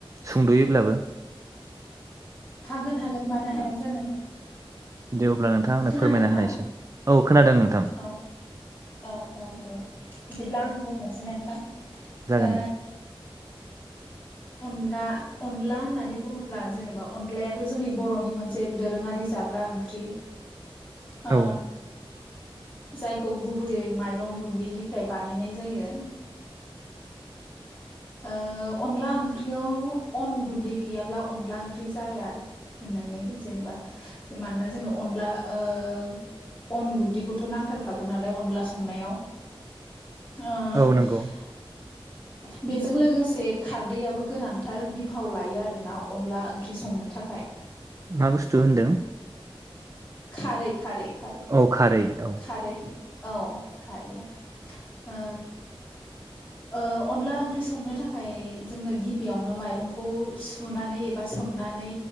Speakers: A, on the right; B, on the left.
A: सुंद'योब्लाबो?
B: हागोन हागोन मानो हाया जानो-
A: दे अब्ला नोंथां आंनो
B: खोनादों
A: फोरमायना
B: ना
A: होनायसै। औ खोनादों नोंथां
B: औ औ औ दे बिदिब्ला आं बुं मोनसे नोंथां।
A: जागोन
B: आ
A: दे
B: अनला अनला होननानै बुङोब्ला जेनेबा अनलायाथ' जोंनि बर'नि मोनसे दोरोङारि जाग्रा ओंख्रि। आ
A: औ
B: जायखौ गुबैयै माइरं गुन्दैनिफ्राय बानायनाय जायो। ओ अनला ओंख्रियाव अन गुन्दै गैयाब्ला अनला ओंख्रि जाया होननानै जेनेबा मानोना जोंनो अनला ओ अन गुन्दैखौथ' नांथारखागौ नालाय अनला संनायाव आ
A: औ नंगौ
B: <inaudible> बेजों लोगोसे खारदैयाबबो गोनांथार बिफाव लायो आरो ना अनला ओंख्रि संनो थाखाय
A: मा बुस्थु होनदों?
B: खारै खारै खारै
A: अ खारै औ
B: खारै औ खारैया ओ ओ अनला ओंख्रि संनो थाखाय जोंनो गिबियावनो माइरंखौ सुनानै एबा सोमनानै